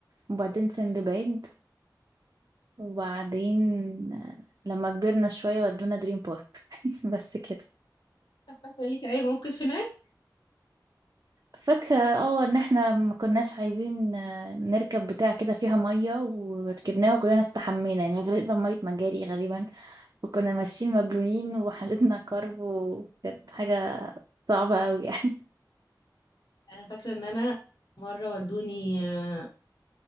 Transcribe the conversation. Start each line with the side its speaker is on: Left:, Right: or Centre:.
Right: وبعدين سندباد وبعدين آه، لما كبرنا شوية ودونا دريم بارك <laughs> بس كده
Left: طب فاكرة ليكي اي موقف هناك؟
Right: فاكرة اه ان احنا ما كناش عايزين آه، نركب بتاع كده فيها مية وركبناه وكلنا استحمينا يعني غرقنا بمية مجاري غالبا وكنا ماشيين مبلولين وحالتنا كرب وكانت حاجة صعبة قوي يعني
Left: انا فاكرة ان انا مرة ودوني آه،